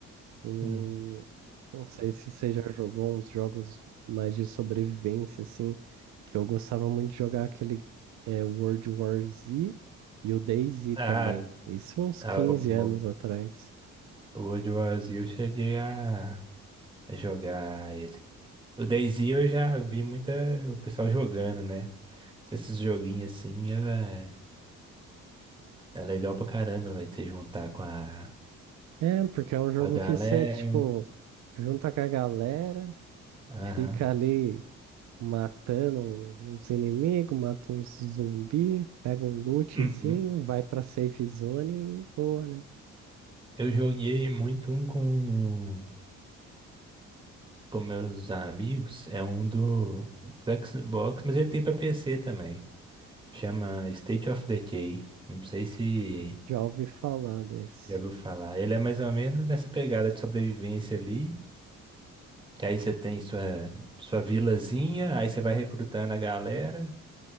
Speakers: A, on the right; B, on the right.
A: Hum,
B: hum,
A: não sei se você já jogou uns jogos mais de sobrevivência, assim, que eu gostava muito de jogar aquele é, World War Z e o DayZ também.
B: ah,
A: Isso uns 15
B: ah, o-
A: anos atrás.
B: O World War eu cheguei a a jogar ele. O DayZ eu já vi muita o pessoal jogando, né? Esses joguinhos assim é, é legal pra caramba, vai ter juntar com a,
A: É, porque é um jogo
B: com a galera.
A: que você, tipo, junta com a galera,
B: Aham.
A: fica ali matando uns inimigos, mata uns zumbi, pega um lootzinho,
B: Uhum.
A: vai pra safe zone e boa, né?
B: Eu joguei muito um com, com meus amigos, é um do, do Xbox, mas ele tem pra PC também. Chama State of Decay. Não sei se
A: Já ouvi falar desse.
B: já ouviu falar. Ele é mais ou menos nessa pegada de sobrevivência ali. Que aí você tem sua, sua vilazinha, aí você vai recrutando a galera.